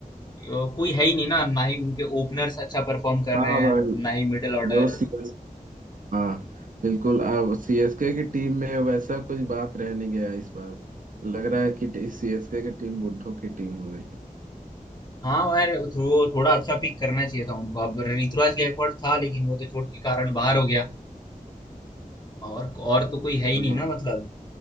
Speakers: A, on the left (about 30°); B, on the right (about 65°).
A: अ, कोई है ही नहीं ना ना ही उनके ओपनर्स अच्छा परफॉर्म कर
B: हाँ
A: रहे
B: भाई
A: हैं ना ही मिडिल ऑर्डर
B: जो सीएस हाँ बिल्कुल अब सीएसके की टीम में वैसा कुछ बात रह नहीं गया इस बार लग रहा है कि सीएसके की टीम बुड्ढों की टीम हो गई
A: हाँ यार थो, थोड़ा अच्छा पिक करना चाहिए था उनको अब ऋतुराज गायकवाड़ था लेकिन वो तो चोट के कारण बाहर हो गया और और तो कोई है ही
B: हाँ
A: नहीं ना मतलब